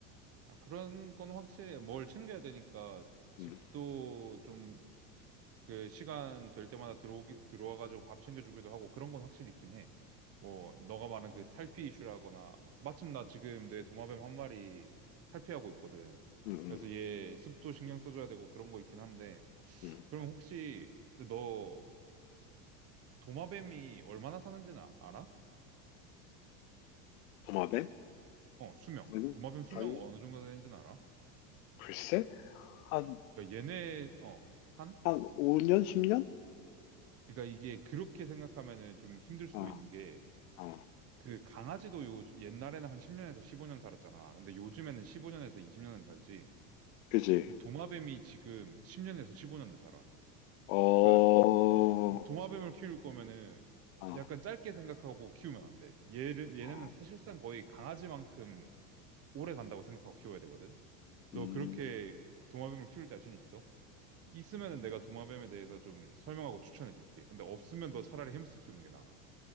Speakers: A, on the right (about 35°); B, on the left (about 75°).
A: 아, 그런 건 확실히 뭘 챙겨야 되니까 집도
B: 음,
A: 좀 그 시간 될 때마다 들어오기, 들어와가지고 밥 챙겨주기도 하고 그런 건 확실히 있긴 해. 뭐, 너가 말한 그 탈피 이슈라거나 마침 나 지금 내 도마뱀 한 마리 탈피하고 있거든.
B: 음, 음,
A: 그래서 얘 습도 신경 써줘야 되고 그런 거 있긴 한데
B: 음.
A: 그럼 혹시 근데 너 도마뱀이 얼마나 사는지는 아- 알아?
B: 도마뱀?
A: 어, 수명.
B: 아니,
A: 도마뱀 수명
B: 아니,
A: 어느 정도 되는지는 알아?
B: 글쎄? 한,
A: 그러니까 얘네, 어. 한?
B: 한 5년, 10년?
A: 그러니까 이게 그렇게 생각하면은 좀 힘들 수도
B: 아
A: 있는 게
B: 아,
A: 그 강아지도 요 옛날에는 한 10년에서 15년 살았잖아. 근데 요즘에는 15년에서 20년을 살지.
B: 그지.
A: 근데 도마뱀이 지금 10년에서 15년을 살아.
B: 어,
A: 그러니까 도마뱀을 키울 거면은
B: 아
A: 약간 짧게 생각하고 키우면 안 돼. 얘를 얘네는
B: 아
A: 사실상 거의 강아지만큼 오래 간다고 생각하고 키워야 되거든. 너
B: 음.
A: 그렇게 도마뱀을 키울 자신 있어? 있으면은 내가 도마뱀에 대해서 좀 설명하고 추천해 줄게. 근데 없으면 너 차라리 햄스터 키우는 게 나아.